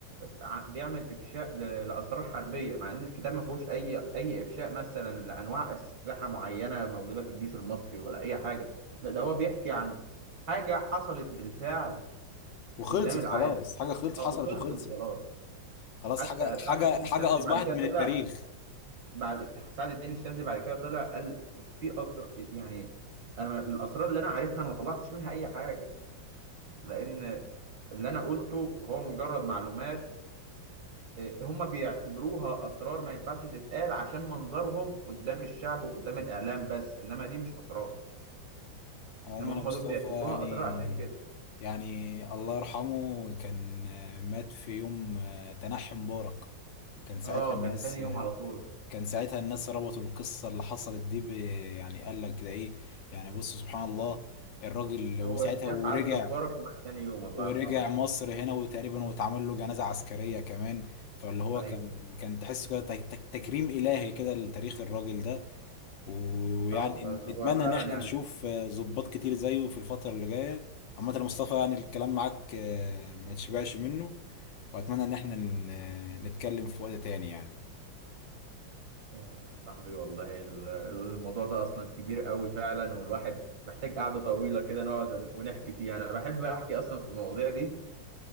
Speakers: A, on the right (about 85°); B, on the left (about 75°).
A: ع- بيعمل افشاء ل- لاسرار حربيه مع ان الكتاب ما فيهوش اي اي افشاء مثلا لانواع اسلحه معينه موجوده في الجيش المصري ولا اي حاجه لا ده هو بيحكي عن حاجه حصلت بالفعل
B: وخلصت
A: قدام العالم
B: خلاص حاجه خلصت
A: آه،
B: حصلت
A: وخلصت
B: وخلصت
A: خلاص
B: خلاص
A: حتى
B: حاجة
A: سعد
B: حاجة
A: الدين
B: حاجة
A: الشاذلي
B: أصبحت
A: بعد كده
B: من
A: طلع
B: التاريخ
A: بعد سعد الدين الشاذلي بعد كده طلع قال في اسر يعني انا الاسرار اللي انا عارفها انا ما طلعتش منها اي حاجه لان اللي انا قلته هو مجرد معلومات إيه، هم بيعتبروها اسرار ما ينفعش تتقال عشان منظرهم قدام الشعب وقدام الاعلام بس انما دي مش اسرار
B: عموما
A: انما هم
B: يا مصطفى
A: دول بيعتبروها
B: يعني
A: اسرار عشان كده
B: يعني الله يرحمه كان آه، مات في يوم آه، تنحي مبارك كان ساعتها
A: اه
B: الناس
A: كان تاني يوم على طول
B: كان ساعتها الناس ربطوا القصة اللي حصلت دي ب يعني قال لك ده إيه يعني بص سبحان الله الراجل وساعتها
A: هو شاف
B: ورجع
A: عزل مبارك ومات تاني يوم الله
B: ورجع
A: يرحمه
B: مصر هنا وتقريبا واتعمل له جنازة عسكرية كمان فاللي هو
A: ايوه
B: كان كان تحس كده تك- تك- تكريم إلهي كده لتاريخ الراجل ده ويعني
A: اه والله
B: نتمنى
A: هو فعلا
B: ان احنا
A: يعني
B: نشوف آه، ضباط كتير زيه في الفترة اللي جاية عامة يا مصطفى يعني الكلام معاك آه، ما تشبعش منه واتمنى ان احنا ن- آه، نتكلم في وقت تاني يعني
A: آه، صاحبي والله ال- الموضوع ده اصلا كبير قوي فعلا والواحد محتاج قعدة طويلة كده نقعد ون- ونحكي فيها انا بحب احكي اصلا في المواضيع دي